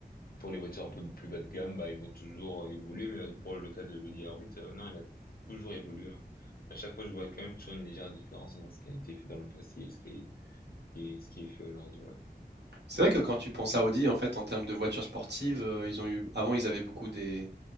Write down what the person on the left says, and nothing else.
Pour les voitures un peu plus bas de gamme, bah, ils vont toujours euh, l'évoluer. Mais euh, pour le cas de l'Audi R8, euh, non, elle a toujours évolué. hein. À chaque fois, je vois quand même toujours une légère différence entre ce qui a été fait dans le passé et ce qui est, ce qui est, ce qui est fait aujourd'hui. Ouais.